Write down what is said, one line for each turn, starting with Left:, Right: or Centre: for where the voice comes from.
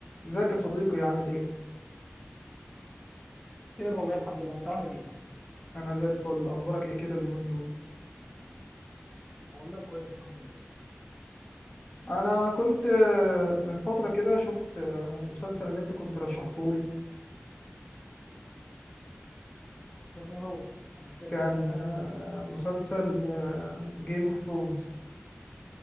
Left: ازيك يا صديقي عامل ايه
Centre: خير والله الحمد لله انت عامل ايه
Left: انا زي الفل اخبارك ايه كده اليومين دول
Centre: والله كويس الحمد لله
Left: انا كنت آه، من فتره كده شفت آه، مسلسل اللي انت كنت رشحتهولي
Centre: كان ايه هو انا مش فاكر
Left: كان
Centre: والله
Left: آه، مسلسل جيم اوف ثرونز